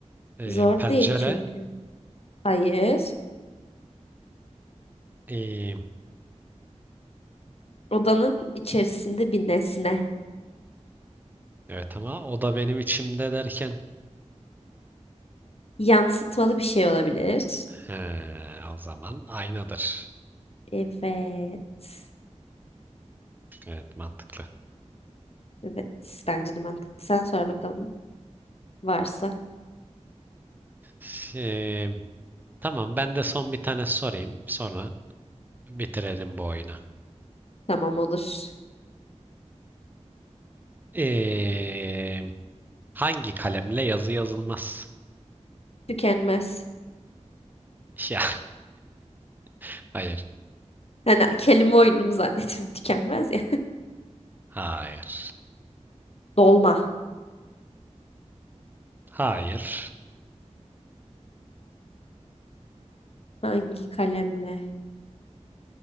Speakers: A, on the right; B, on the left.
A: Eee,
B: Zor
A: pencere.
B: değil çünkü. Hayır.
A: Eee,
B: Odanın içerisinde bir nesne.
A: evet ama oda benim içimde derken.
B: Yansıtmalı bir şey olabilir.
A: He, o zaman aynadır.
B: Evet.
A: Evet mantıklı.
B: Evet. Bence de mantıklı. Sen sor bakalım. Varsa.
A: Şey, tamam ben de son bir tane sorayım. Sonra bitirelim bu oyunu.
B: Tamam olur.
A: Ee, hangi kalemle yazı yazılmaz?
B: Tükenmez.
A: Ya <laughs> hayır.
B: Hani kelime oyunumu zannettim tükenmez ya.
A: Hayır.
B: <laughs> Dolma.
A: Hayır.
B: Hangi kalemle?